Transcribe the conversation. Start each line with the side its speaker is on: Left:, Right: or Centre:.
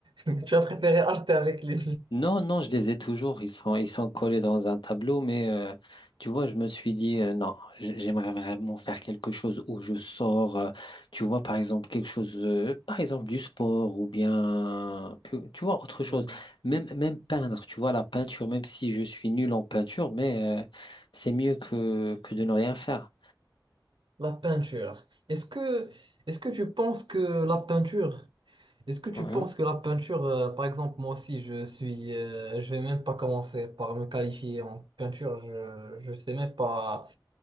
Right: <laughs> Tu as préféré acheter avec les...
Left: Non, non, je les ai toujours. Ils sont, ils sont collés dans un tableau, mais euh, tu vois, je me suis dit, euh, non, j- j'aimerais vraiment faire quelque chose où je sors, euh, tu vois, par exemple, quelque chose, euh, par exemple, du sport ou bien, pu- tu vois, autre chose.
Right: Hmm.
Left: Même, même peindre, tu vois, la peinture, même si je suis nul en peinture, mais euh, c'est mieux que, que de ne rien faire.
Right: la peinture. Est-ce que, est-ce que tu penses que la peinture, est-ce que tu
Left: Mhm,
Right: penses que la peinture, euh, par exemple, moi aussi, je suis, euh, je vais même pas commencer par me qualifier en peinture. Je, je sais même pas.